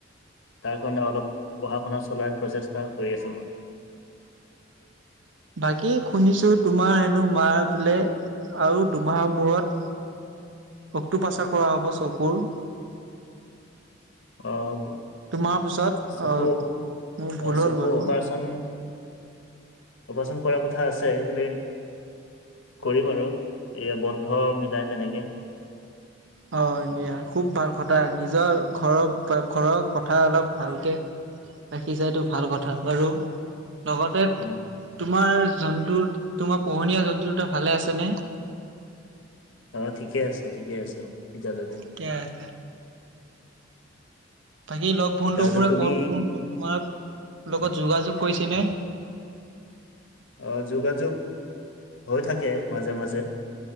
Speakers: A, on the left; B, on the right.
A: তাৰ কাৰণে অলপ পঢ়া- শুনা চলাৰ প্ৰচেষ্টা হৈ আছো মই।
B: বাকী শুনিছো তোমাৰ হেনো মাৰ বোলে আৰু দুমাহৰ মূৰত অকটো পাচাৰ কৰা হ'ব চকুৰ।
A: অ'
B: দুমাহৰ পিছত
A: চকো
B: আহ মোৰ ভুল
A: অ'
B: হ'ল
A: চকো
B: বাৰু
A: অপাৰচন অপাৰচন কৰাৰ কথা আছে কিন্তু। কৰিম আৰু এয়া বন্ধ মিলাই তেনেকে।
B: অ' দিয়া খুব ভাল কথা, নিজৰ ঘৰৰ ঘৰৰ কথা অলপ ভালকে ৰাখিছা টো ভাল কথা বাৰু। লগতে
A: উম
B: তোমাৰ জন্তু তোমাৰ পোহনীয়া জন্তু দুটা ভালে আছেনে?
A: অ' ঠিকে আছে ঠিকে আছে এতিয়ালৈকে।
B: থিকেই আছে। বাকী লগ বন্ধু
A: তাৰপিছত
B: বোৰে
A: তুমি
B: কল ফোন কৰি তোমাৰ লগত যোগাযোগ কৰিছে নে?
A: অ' যোগাযোগ হৈ থাকে মাজে মাজে।